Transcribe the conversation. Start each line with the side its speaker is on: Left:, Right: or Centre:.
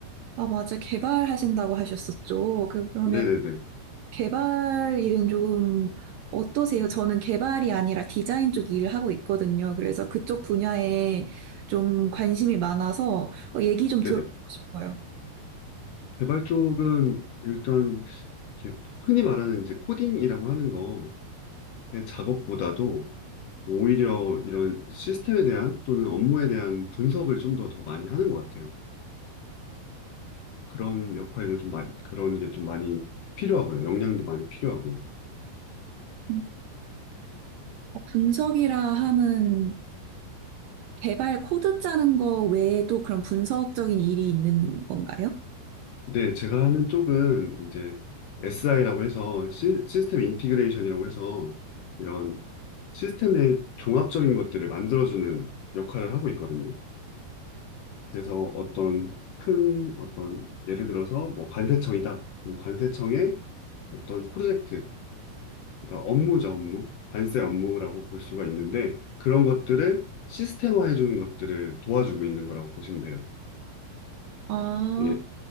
Right: 아, 맞아. 개발하신다고 하셨었죠. 그, 그러면
Left: 네네네.
Right: 개발 일은 조금 어떠세요? 저는 개발이 아니라 디자인 쪽 일을 하고 있거든요. 그래서 그쪽 분야에 좀 관심이 많아서 어, 얘기 좀
Left: 네네.
Right: 들어보고 싶어요.
Left: 개발 쪽은 일단, 이렇게 흔히 말하는 이제 코딩이라고 하는 거의 작업보다도 오히려 이런 시스템에 대한 또는 업무에 대한 분석을 좀 더 더 많이 하는 것 같아요. 그런 역할도 좀 많이, 그런 게 좀 많이 필요하고요. 역량도 많이 필요하고.
Right: 음, 어, 분석이라 하면 개발 코드 짜는 거 외에도 그런 분석적인 일이 있는 건가요?
Left: 근데 제가 하는 쪽은 이제 SI라고 해서 시, 스템 인티그레이션이라고 해서 이런 시스템의 종합적인 것들을 만들어주는 역할을 하고 있거든요. 그래서 어떤 큰 어떤 예를 들어서 뭐 관세청이다. 그럼 관세청의 어떤 프로젝트, 그러니까 업무죠, 업무. 관세 업무라고 볼 수가 있는데 그런 것들을 시스템화해 주는 것들을 도와주고 있는 거라고 보시면 돼요.
Right: 아,
Left: 예,